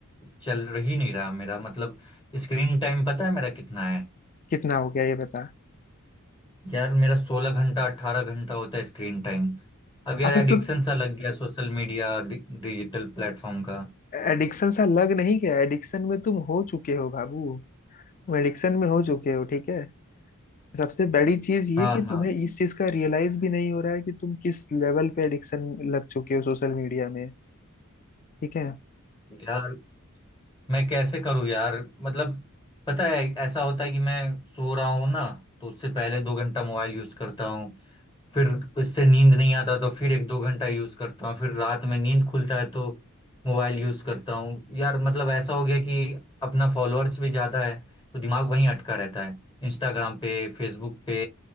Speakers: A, on the left; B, on the left.
A: चल ही नहीं रहा मेरा मतलब स्क्रीन टाइम पता है मेरा कितना है
B: कितना हो गया ये बता
A: यार मेरा सोलह घंटा अट्ठारह घंटा होता है स्क्रीन टाइम अब यार
B: अबे
A: एडिक्शन
B: तो
A: सा लग गया सोशल मीडिया डि, डिजिटल प्लेटफॉर्म का
B: एडिक्शन सा लग नहीं गया एडिक्शन में तुम हो चुके हो बाबू एडिक्शन में हो चुके हो ठीक है सबसे बड़ी चीज ये
A: हाँ
B: कि
A: हाँ
B: तुम्हें इस चीज का रियलाइज भी नहीं हो रहा है कि तुम किस लेवल पे एडिक्शन लग चुके हो सोशल मीडिया में ठीक है
A: यार मैं कैसे करूँ यार मतलब पता है ऐसा होता है कि मैं सो रहा हूँ ना तो उससे पहले दो घंटा मोबाइल यूज करता हूँ फिर उससे नींद नहीं आता तो फिर एक दो घंटा यूज करता हूँ फिर रात में नींद खुलता है तो मोबाइल यूज करता हूँ यार मतलब ऐसा हो गया कि अपना फॉलोअर्स भी ज्यादा है तो दिमाग वहीं अटका रहता है इंस्टाग्राम पे फेसबुक पे